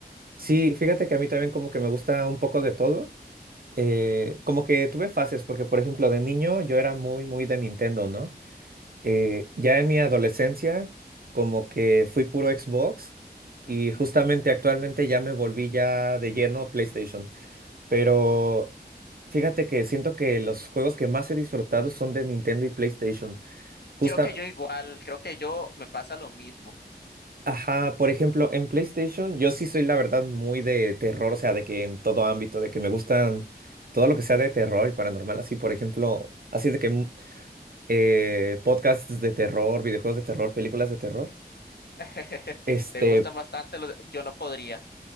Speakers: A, on the right; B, on the left.
A: Sí, fíjate que a mí también como que me gusta un poco de todo. Eh, como que tuve fases, porque por ejemplo, de niño yo era muy, muy de Nintendo, ¿no? eh, ya en mi adolescencia, como que fui puro Xbox y
B: Ujú.
A: justamente actualmente ya me volví ya de lleno PlayStation. Pero fíjate que siento que los juegos que más he disfrutado son de Nintendo y PlayStation. Justa,
B: Creo que yo igual, creo que yo me pasa lo mismo.
A: ajá, por ejemplo, en PlayStation yo sí soy la verdad muy de terror, o sea, de que en todo ámbito, de que me gustan todo lo que sea de terror y paranormal, así por ejemplo, así de que mm, eh, podcasts de terror, videojuegos de terror, películas de terror.
B: <laughs>
A: Este,
B: Te gustan bastante los, yo no podría.